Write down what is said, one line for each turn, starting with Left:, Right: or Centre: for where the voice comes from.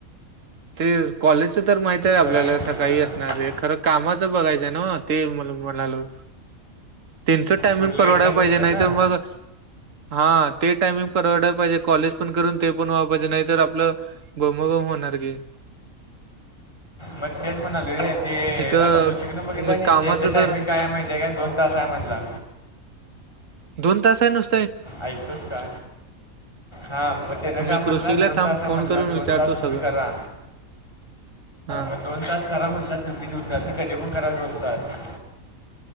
Right: ते कॉलेजच तर माहित आहे आपल्याला
Left: सरांनी बोलला
Right: सकाळी असणार
Left: हां
Right: आहे खरं कामाचं बघायचं ना ते म म्ह तीनच टायमिंग
Left: कुठलं
Right: परवडाला
Left: इंटर्नशिपचं
Right: पाहिजे नाही
Left: ना
Right: तर मग हा ते टायमिंग परवडाला पाहिजे, कॉलेज पण करून ते पण व्हा पाहिजे नाही तर आपलं बोंबाबोंब होणार की
Left: मग तेच म्हणाल रे ते
Right: इथं
Left: आता पुशिकन बघितलं
Right: मी
Left: नाही
Right: कामाचं
Left: त्यांचा टायमिंग
Right: तर
Left: काय आहे माहिती आहे काय दोन तास आहे म्हण ला
Right: दोन तास नुस
Left: ऐकतोस का हा मग ते न का
Right: मी कृषीला
Left: म्हटला दोन
Right: थांब
Left: तास
Right: फोन
Left: म्हटला
Right: करून विचारतो
Left: दोन तास
Right: सगळं.
Left: तुम्ही करा.
Right: हां,
Left: मग दोन तास करा म्हणला तुम्ही दिवसात कधी पण करा दोन तास